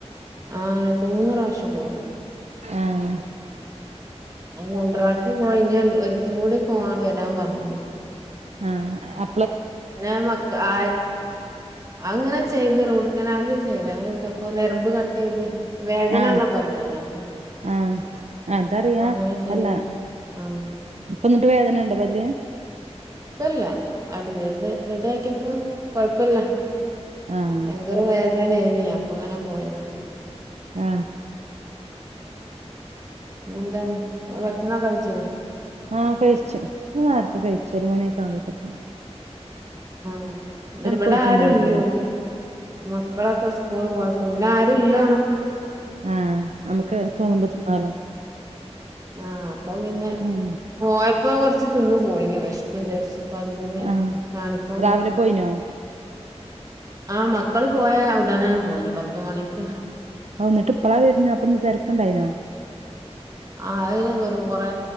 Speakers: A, on the right; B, on the right.
A: ആഹ രണ്ട മൂന്ന് പ്രാവശ്യം പോണം
B: ആഹ
A: ആ ര ണ്ട പ്രാവശ്യം പോയിഞ്ഞരിക്കും കൂടി പോ വരാൻ പറഞ്ഞു
B: ആഹ അ
A: ഞ മക്ക ആ അങ്ങനെ ചെയ്ത് റൂഡ് കനാലും ചെയ്ല അങ്ങനെ എന്തൊക്കോ നരമ്പ് കട്ട് ചെയ്ത് വേദനള്ള
B: ആ
A: പല്ലേനി അപ്പം
B: ആ അതറിയാ
A: അപ്പൊ അങ്ങനെ ചെയ്ത്
B: അല്ല
A: ആഹ്
B: ഇപ്പൊ എന്നിട്ട് വേദനുണ്ടോ പല്ല്
A: ഇപ്പല്ല അടിത് റെഡി ആക്കിയപ്പോ കൊഴപ്പല്ല
B: ആഹ്
A: ഭയങ്കര വേ വേദനെനി അപ്പങ്ങനെ പോയതാ
B: ആ
A: <unintelligible> എന്നാ കഴിച്ച
B: ആ കഴിച്ചു നേരത്തെ കഴിച്ചു ഒരു മണിയൊക്കെ ആവുമ്പോക്കെത്ത്നും
A: ആ ന്ന് ബട
B: പോയിട്ടുണ്ടാവില്ലേ
A: ആടെനി മക്കളക്കെ സ്കൂൾ പോയി പിന്നെ ആരു ഇല്ല
B: ആ നമുക്ക് തോന്നുമ്പോ തിന്നാലോ
A: ആ അപ്പൊ പിന്നെ
B: ഉം
A: പോയപ്പോ കുറച്ച് തിന്ന് പോയിനി വെഷ്ക്ക്ണ്ട് വെഷ് പല്ലിന്
B: ആഹ്
A: കാണിക്കാൻ
B: രാവിലെ
A: പോ
B: പോയിനോ
A: ആ മക്കള് പോയ ഉടനെ പോയിണ് പത്ത് മണിക്ക്
B: ആ എന്നിട്ട് ഇപ്പളാ വരുന്ന അപ്പൊ ഇന്ന് തിരക്കുണ്ടായിനോ
A: ആ അതിന് ഒരു കൊറെ